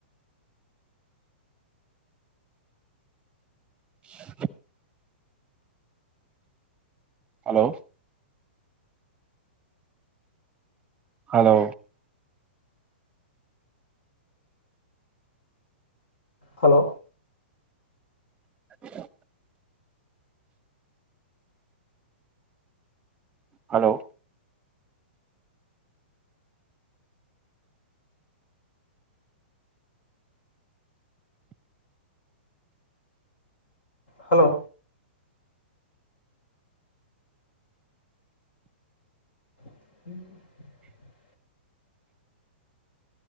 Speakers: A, on the right; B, on the left.
A: <inaudible> హలో హలో
B: హలో
A: <inaudible> హలో
B: హలో <inaudible>